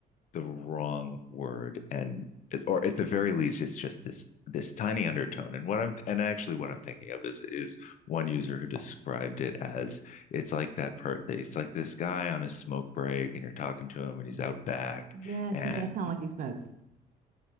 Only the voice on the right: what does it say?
yes,
he does sound like he smokes.